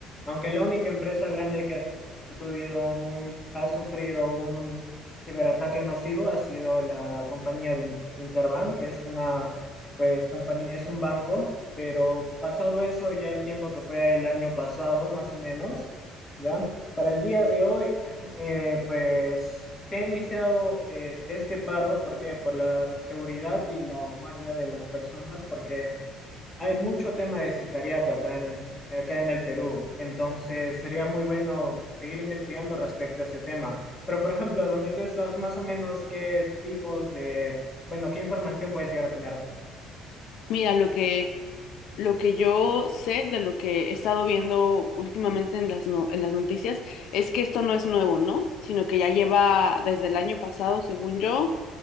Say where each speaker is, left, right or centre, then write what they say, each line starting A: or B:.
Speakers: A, on the left; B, on the left.
A: aunque la única empresa grande que ha tuvido un, ha sufrido un ciberataque masivo ha sido la compañía de In- Interbank, que es una, pues, compañía, es un banco, pero pasado eso, ya el tiempo que fue el año pasado, más o menos, ya, para el día de hoy, <sighs> eh, pues, se ha iniciado eh, este paro, ¿por qué? Por la seguridad y la guardia de las personas, porque hay mucho tema de sicariato acá en, acá en el Perú, entonces sería muy bueno seguir investigando respecto a ese tema. Pero, por ejemplo, donde tú estás, más o menos, ¿qué tipos de, bueno, qué información puedes llegar a tener?
B: Mira, lo que Lo que yo sé de lo que he estado viendo últimamente en las, no- en las noticias es que esto no es nuevo, ¿no? Sino que ya lleva desde el año pasado, según yo,